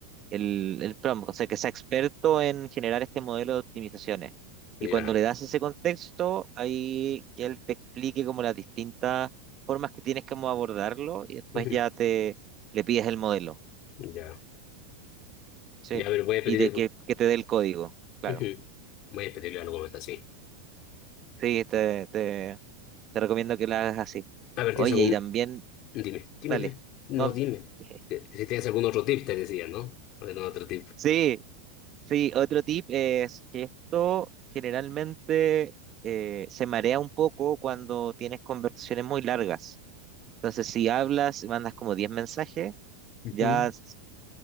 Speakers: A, on the right; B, on the left.
A: el prompt, o sea, que sea experto en generar este modelo de optimizaciones.
B: Ya.
A: Y cuando le das ese contexto, ahí que él te explique como las distintas formas que tienes como abordarlo y después
B: Ujú.
A: ya te le pides el modelo,
B: Ya.
A: ¿sí?
B: Ya, a ver, voy a pedir.
A: Y de que, que te dé el código, claro.
B: Ujú. Voy a pedirle algo más así.
A: Sí, te, te, te recomiendo que lo hagas así.
B: A ver,
A: Oye,
B: ¿tienes algún...?
A: y también,
B: Dime, dime,
A: dale,
B: dime. No,
A: no,
B: dime.
A: <laughs>
B: Te- Si tienes algún otro tip, te decía, ¿no? Algún otro tip.
A: sí, Sí, otro tip es que esto generalmente eh, se marea un poco cuando tienes conversaciones muy largas. Entonces, si hablas, mandas como 10 mensajes,
B: Ujú.
A: ya s-